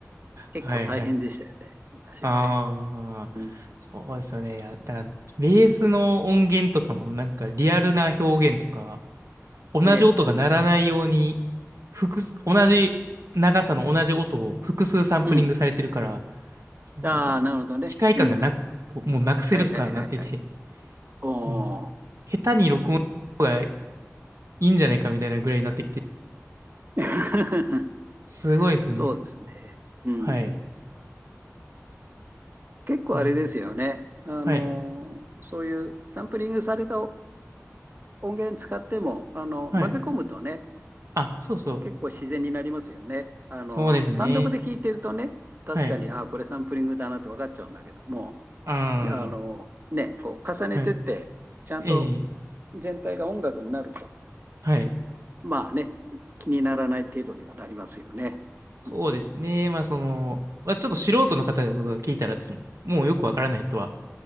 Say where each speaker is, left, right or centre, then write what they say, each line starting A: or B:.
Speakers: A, on the right; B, on the right.
A: 結構大変でしたよね、
B: はい、はい。
A: 昔はね。
B: ああ、
A: うん。
B: そうですよね。いや、だから、ベースの音源とかも、なんか、リアルな表現とか、同じ音が鳴らないように、
A: ええ。
B: 複数、同じ長さの同じ音を複数サンプリングされてるから、
A: うん。
B: そのなんか、
A: ああ、なるほどね。
B: 機械感がなく、
A: うん。
B: もうなくせるとかなってて、
A: はいはいはいはい。おお。
B: うん、下手に録音した方がいいんじゃないかみたいなぐらいになってきて、
A: <laughs>
B: すごいですね。
A: そうですね。う
B: はい。
A: ん。結構あれですよね。
B: うん。
A: あのそういうサンプリングされた
B: はい。
A: 音源使っても、あの、
B: はい。
A: 混ぜ込むとね、
B: あ、そうそう。
A: 結構自然になりますよね。あの、
B: そうですね。
A: 単独で聞いてるとね、確かに、
B: はい。
A: ああ、これサンプリングだなって分かっちゃうんだけども、
B: あ
A: あの、ね、こう重ねてって、
B: あ、はい。
A: ちゃんと
B: ええ、
A: 全体が音楽になると、
B: はい。
A: まあね、気にならない程度にはなりますよね。
B: そうですね。
A: う
B: まあ、その、まあ、ちょっと素人の方が聞いたら、つもうよくわからないとは。